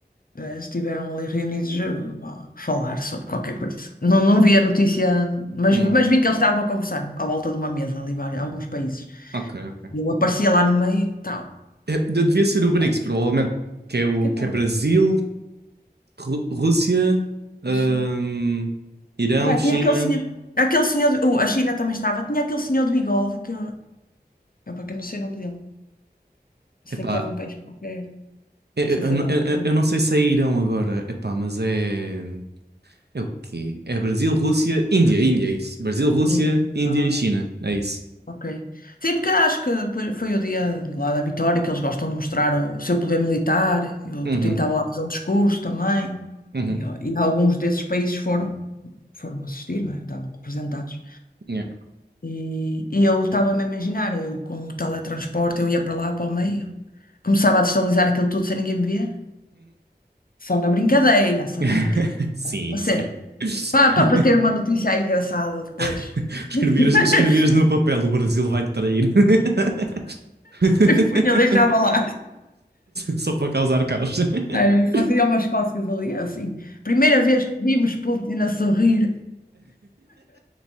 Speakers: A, on the left (about 55°); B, on the right (about 75°).
A: eh, estiveram ali reunidos eh, a falar sobre qualquer coisa. Não, não vi a notícia, mas,
B: Hum,
A: mas vi que eles estavam a conversar à volta de uma mesa ali, vários- alguns países.
B: ok, ok.
A: E eu aparecia lá no meio e tal.
B: É, de- devia ser o BRICS,
A: Ah,
B: provavelmente. Que é, o,
A: Se calhar,
B: que é Brasil, Ru- Rússia, hum,
A: Rússia.
B: Irão,
A: Opa,
B: China.
A: tinha aquele senhor, aquele senhor, de- uh, a China também estava, tinha aquele senhor de bigode que, opa, que eu não sei o nome dele, sei
B: Epá,
A: que é de um país qualquer, não
B: eu, eu,
A: sei se é de um
B: eu-
A: país,
B: eu- eu não sei se é Irão agora, epá, mas é. É o quê? É Brasil, Rússia, Índia, Índia, é isso. Brasil, Rússia,
A: Índia.
B: Índia
A: Ah,
B: e China, é isso.
A: ok. Sim, porque acho que depois foi o dia lá da vitória que eles gostam de mostrar o seu poder militar, e o
B: Uhum,
A: Putin estava lá a fazer um discurso também,
B: uhum,
A: e, ó, e alguns desses países foram, foram assistir, não é? Estavam representados.
B: yeah.
A: E, e eu estava-me a imaginar, eu com o teletransporte, eu ia para lá, para o meio. Começava a destabilizar aquilo tudo sem ninguém me ver. Só na brincadeira, só
B: <laughs>
A: na brincadeira.
B: Sim,
A: A sério.
B: sim. <laughs>
A: Para, para, para ter uma notícia aí engraçada depois.
B: <laughs> Escrevias,
A: <laughs>
B: escrevias no papel: o Brasil vai te trair. <laughs>
A: Punha, deixava lá.
B: Só para causar caos. <laughs>
A: Ai, Fazia umas cócegas ali, assim. Primeira vez que vimos Putin a sorrir.